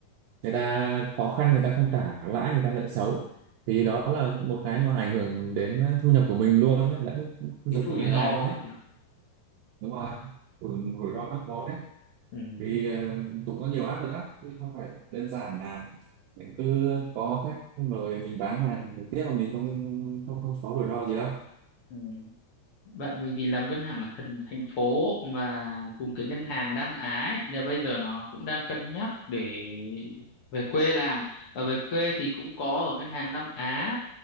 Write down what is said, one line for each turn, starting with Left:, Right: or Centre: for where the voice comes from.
Right: người ta khó khăn người ta không trả lãi người ta nợ xấu thì
Left: ừ.
Right: đó là một cái nó ảnh hưởng đến thu nhập của mình luôn đấy lẫn thu
Left: Cái
Right: nhập
Left: rủi
Right: của ngân
Left: ro
Right: hàng luôn đấy
Left: ấy nhỉ.
Right: đúng rồi rủi rủi ro các món đấy
Left: Ừ,
Right: vì
Left: ừ,
Right: ờ, cũng có nhiều áp lực lắm chứ không phải là đơn giản là mình cứ có khách mời mình bán hàng trực tiếp mà mình không không không có rủi ro gì đâu
Left: ừ. Bạn mình thì làm ngân hàng ở thành thành phố mà cùng cái ngân hàng Nam Á ấy, là bây giờ nó cũng đang cân nhắc để về quê làm. Ở về quê thì cũng có ở ngân hàng Nam Á